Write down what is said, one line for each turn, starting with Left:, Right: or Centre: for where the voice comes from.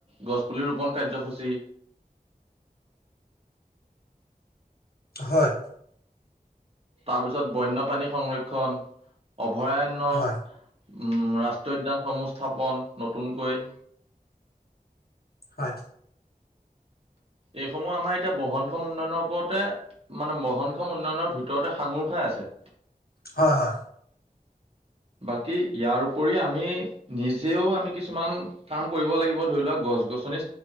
Right: গছ পুলি ৰোপন কাৰ্যসূচী।
Left: হয়
Right: তাৰপিছত বন্যপ্ৰানী সংৰক্ষণ। অভয়াৰণ্য।
Left: হয়
Right: উম
Left: হয়
Right: ৰাষ্ট্ৰীয় উদ্যানসমূহ স্থাপন নতুনকৈ
Left: হয়
Right: এইসমূহ আমাৰ এতিয়া বহুনক্ষমউন্নয়নৰ ওপৰতে মানে বহনক্ষ উন্নয়নৰ ভিতৰতে সাঙুৰ খাই আছে।
Left: হয় হয়।
Right: বাকী ইয়াৰ উপৰি আমি নিজেও আমি কিছুমান কাম কৰিব লাগিব ধৰি লোৱা গছ গছ মানে